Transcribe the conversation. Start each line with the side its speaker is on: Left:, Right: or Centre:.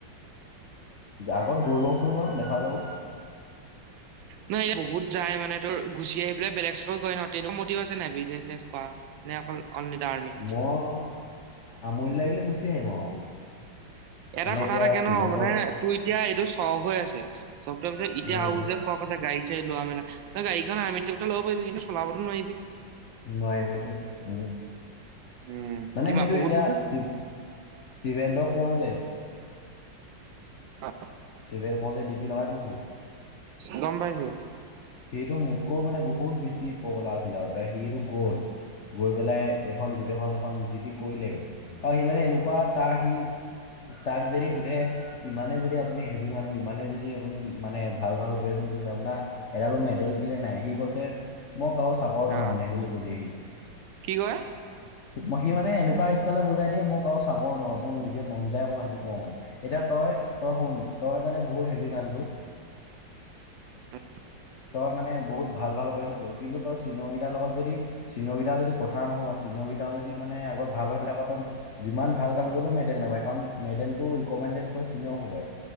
Left: আগত গৈ লওচোন বাৰু দেখা যাব।
Right: নহ এয়া বহুত যাই মানে তোৰ গুচি আহি পেলাই বেলেগ চাকৰি কৰে নহয়, তেনে মটিভ আছে নাই বিজনেচ চিজনেচ কৰা। নে অকল অনলি দা আৰ্মি?
Left: মই আমনি লাগিলে গুচি আহিম আৰু।
Right: <unintelligible> এটা
Left: মানে
Right: কথা
Left: এতিয়া
Right: থাকে ন
Left: চিভেন্দ্ৰ
Right: মানে তোৰ এতিয়া এইটো চখ হৈ আছে চখ তোৰ ভিতৰত
Left: উম
Right: এতিয়া আৰু যে চখ আছে গাড়ী চে লোৱা মেলা ন গড়িখন আৰ্হিত ত' টো, ল'ব পাৰিবি কিন্তু চলাবটো নোৱাৰিবি।
Left: নোৱাৰিম সেইটোৱে উম,
Right: উম,
Left: মানে
Right: কিবা
Left: সেইটো
Right: বহুত
Left: এতিয়াি
Right: বস্তু
Left: শিব শিৱে দ, কওঁ যে।
Right: <inaudible>
Left: চিবে মইযে ডিপি লগাই থৈচু।
Right: গম পাইছো।
Left: সিটো মোতকৈও মানে বহুত বেছি পগলা আছিলে আগতে সিটো গ'ল গ'ল পেলাই এখন গোটেইখন এখন যি তি কৰিলেগে, আৰু সি মানে এনেকুৱা তাৰ সি তাক যদি সুধে ইমানে যদি আপুনি হেভি মানুহ ইমানে যদি আপুনি মানে ভাল ভাল অপেৰেচন আপোনাৰ এডালো মেডেল কেলে নাই সি কৈছে মই কাৰো চাকৰ নহয়
Right: অ
Left: মানে সেই বুলি কৈ দিয়েহি।
Right: কি কয়?
Left: ম, সি মানে এনেকুৱা ষ্টাইলেত বুজাই দিয়ে মই কাৰো চাকৰ নহওঁ মোৰ নিজে মন যায় মই সেইটো ক'ৰোঁ মানে আৰু এতিয়া তই এ, তই শুন তই মানে বহুত হেভি মানুহটো
Right: উম,
Left: তই মানে বহুত ভাল ভাল অপাৰেচন কৰো, কিন্তু চিনিয়ৰ কেইটাৰ লগত যদি, চিনিয়ৰ কেইটা যদি কথা নুশুন চিনিয়ৰ পিতাও যদি মানে আগত ভাল হয় <unintelligible> যিমান ভাল কাম কৰিলেও মেডেল নাপায় কাৰণ মেডেলটো ৰিকমেন্দেত তই চিনিঅ হুবাই।